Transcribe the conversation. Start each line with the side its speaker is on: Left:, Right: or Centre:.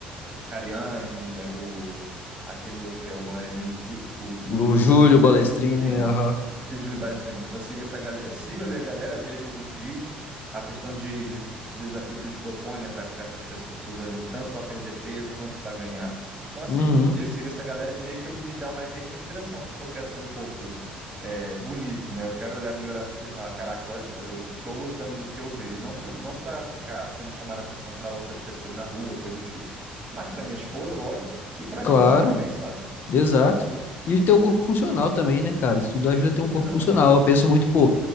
Right: o Cariani, o, aquele outro que é o Moreninho, o, Ju- o,
Left: o
Right: o Júlio,
Left: Júlio Balestrini,
Right: enfim,
Left: né, aham.
Right: o Júlio Balestrini. Eu sigo, essa, gal- eu sigo ali a galera, vejo alguns vídeos, a questão de, dos desafios que eles propõem, né, para certas pessoas ali, tanto para perder peso quanto para ganhar. Então, assim,
Left: Uhum,
Right: eu sigo essa galera e meio que me dá uma, meio que uma inspiração, porque eu quero ter um corpo é, bonito, né? Eu quero olhar, me olhar no espelho e falar, caraca, olha, eu tô gostando do que eu vejo. Não, pra- não para ficar sendo chamada atenção para outras pessoas na rua, coisa do tipo mas para minha esposa, lógico, e para
Left: claro.
Right: mim me sentir bem, sabe?
Left: Exato. E ter o corpo funcional também, né, cara? Isso tudo ajuda a ter um corpo
Right: Exatamente.
Left: funcional. Eu penso muito, pô,